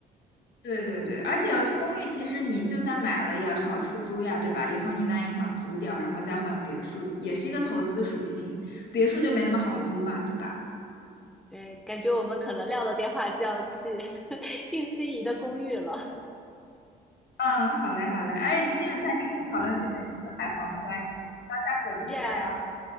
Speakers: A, on the left; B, in the centre.
A: <laughs> 对对对，而且公寓其实你就算买了也好出租呀，对吧？以后你万一想租掉，然后再换别墅，也是一个投资属性，别墅就没那么好租嘛，对吧？
B: 对，感觉我们可能撂了电话就要去 <laughs> 定心仪的公寓了。
A: 嗯，好嘞，好嘞。哎，今天很开心跟你讨论这个这个买房的观点，到下次有机会再聊，
B: 是啊，